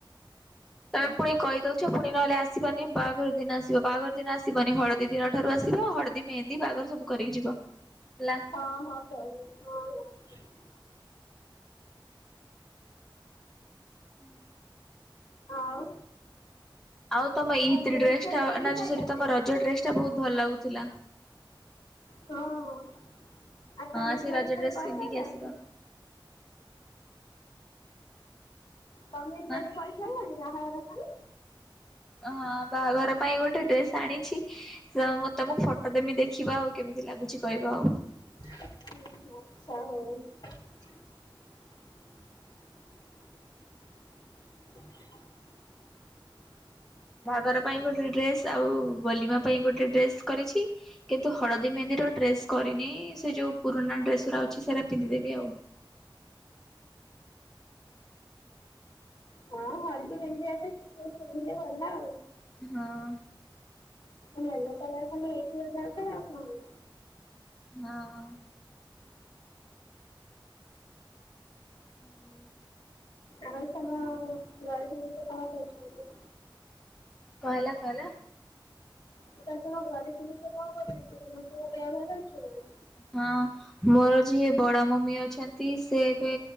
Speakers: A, in the centre; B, on the left.
A: ତମେ ପୁଣି କହିଦଉଛ ପୁଣି ନହେଲେ ଆସିବନି ବାହାଘର ଦିନ ଆସିବ। ବାହାଘର ଦିନ ଆସିବନି ହଳଦୀ ଦିନ ଠାରୁ ଆସିବ। ହଳଦୀ ମେହେନ୍ଦୀ ବାହାଘର ସବୁ କରିକି ଯିବ ହେଲା।
B: ହଁ ହଁ <unintelligible> ହଁ ହଁ।
A: ହୁଁ।
B: ଆଉ
A: ଆଉ ତମ ଇତ୍
B: କଣ ଡ୍ରେସ୍
A: ରେ ଡ୍ରେସ
B: ଫ୍ରେସ୍
A: ଟା
B: କିଣି
A: ନା ଯୋଉ
B: ସାରିଲଣି?
A: ସରି ତମ ରଜ ଡ୍ରେସ ଟା ବହୁତ ଭଲ ଲାଗୁଥିଲା।
B: ହଁ ହଁ ଆଉ ତମେ
A: ହଁ ସେ
B: ଡ୍ରେସ୍
A: ରଜ
B: ଫ୍ରେସ୍
A: ଡ୍ରେସ
B: କରିସାରିଲଣି?
A: ପିନ୍ଧିକି ଆସିବ।
B: ତମେ ଡ୍ରେସ
A: ନା
B: କରିସାରିଲଣି ବାହାଘର ପାଇଁ?
A: ହଁ ବାହାଘର ପାଇଁ ଗୋଟେ ଡ୍ରେସ୍ ଆଣିଛି। ତମକୁ ଫଟୋ ଦେମି ଦେଖିବ ଆଉ କେମିତି ଲାଗୁଛି କହିବା ଆଉ।
B: ହୁଁ। ହଉ <unintelligible> ହଉ। <inaudible>
A: ବାହାଘର ପାଇଁ ଗୋଟେ ଡ୍ରେସ ଆଉ ବଲିମା ପାଇଁ ଗୋଟେ ଡ୍ରେସ୍ କରିଛି। କିନ୍ତୁ ହଳଦୀ ମେହେନ୍ଦି ର ଡ୍ରେସ କରିନି ସେ ଯଉ ପୁରୁଣା ଡ୍ରେସ ଗୁରା ଅଛି ସେରା ପିନ୍ଧିଦେବି ଆଉ।
B: ହଁ ହଳଦୀ ମେହେନ୍ଦି ରେ କିଛି ବି ପିନ୍ଧିଲେ ଗଲା ଆଉ।
A: ହଁ।
B: ୟେଲୋ କଲର ଖାଲି ହେଇଥିବା ଦରକାର ଆଉ କଣ।
A: ହଁ ହଁ। <inaudible>
B: ଆଉ ତମ ଘରେ ସମସ୍ତେ କଣ କହୁଛନ୍ତି?
A: କଣ ହେଲା କହିଲ?
B: ମୁଁ କହିଲି ତମ ଘରେ ସମସ୍ତେ କଣ କରୁଛନ୍ତି? ସମସ୍ତେଙ୍କ ଦେହ ଭଲ ଅଛି ନା?
A: ହଁ। ମୋର ଯିଏ ବଡ ମମି ଅଛନ୍ତି ସେ ଏବେ